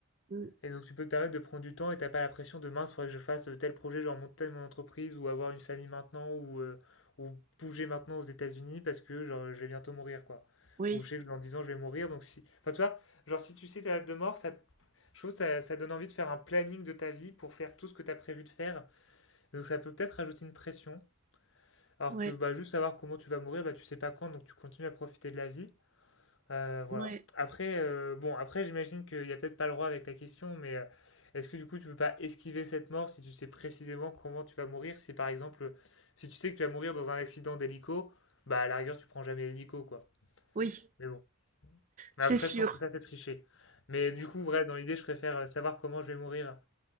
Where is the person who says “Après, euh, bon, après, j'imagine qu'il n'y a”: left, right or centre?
Left